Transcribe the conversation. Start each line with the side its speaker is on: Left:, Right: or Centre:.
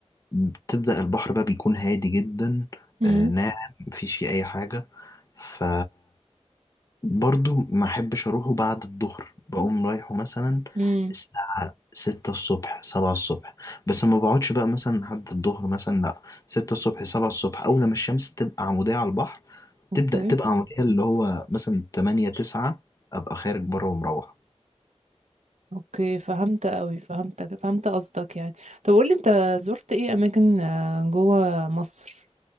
Left: بتبدأ البحر بقى بيكون هادي جدا
Right: امم
Left: آه، ناعم مفيش فيه أي حاجة ف برضو ما احبش اروحه بعد الظهر بقوم رايحه مثلا
Right: امم
Left: الساعة ستة الصبح سبعة الصبح بس ما بقعدش بقى مثلا لحد الظهر مثلا لا ستة الصبح سبعة الصبح أول لما الشمس تبقى عمودية على البحر
Right: اوكي
Left: تبدأ تبقى عمودية اللي هو مثلا تمانية تسعة أبقى خارج بره ومروح
Right: اوكي فهمت قوي فهمتك فهمت قصدك يعني طب قولي انت زرت ايه اماكن آه، جوه مصر